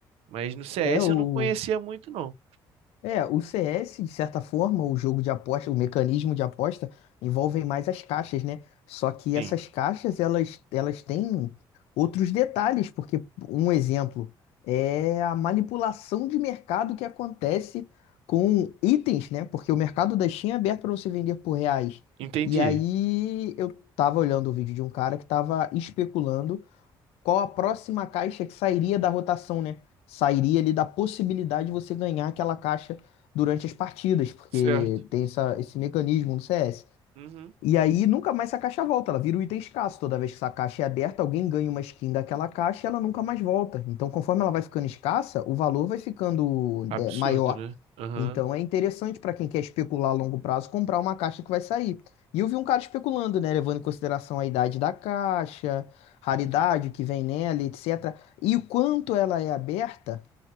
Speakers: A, on the right; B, on the left.
A: Mas no CS
B: É o
A: eu não conhecia muito, não.
B: É, o C S de certa forma, o jogo de aposta, o mecanismo de aposta, envolvem mais as caixas, né? Só que
A: Sim,
B: essas caixas, elas, elas têm outros detalhes, porque um exemplo é a manipulação de mercado que acontece com itens, né? Porque o mercado da Steam é aberto para você vender por reais.
A: entendi.
B: E aí eu tava olhando o vídeo de um cara que estava especulando qual a próxima caixa que sairia da rotação, né? Sairia ali da possibilidade de você ganhar aquela caixa durante as partidas, porque
A: Certo.
B: tem essa, esse mecanismo no CS.
A: Uhum.
B: E aí nunca mais essa caixa volta, ela vira um item escasso. Toda vez que essa caixa é aberta, alguém ganha uma skin daquela caixa e ela nunca mais volta. Então, conforme ela vai ficando escassa, o valor vai ficando de-
A: Absurdo,
B: maior.
A: né? Aham.
B: Então, é interessante para quem quer especular a longo prazo comprar uma caixa que vai sair. E eu vi um cara especulando, né, levando em consideração a idade da caixa, raridade que vem nela, etc. E o quanto ela é aberta